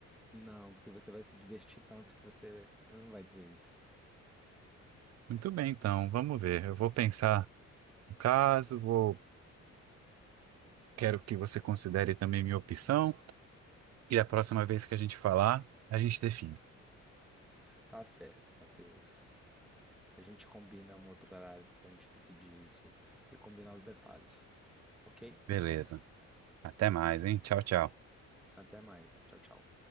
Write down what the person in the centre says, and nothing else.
Não, porque você vai se divertir tanto que você não vai dizer isso.
Tá certo, Matheus. A gente combina um outro horário pra gente decidir isso e combinar os detalhes, ok?
Até mais. Tchau, tchau.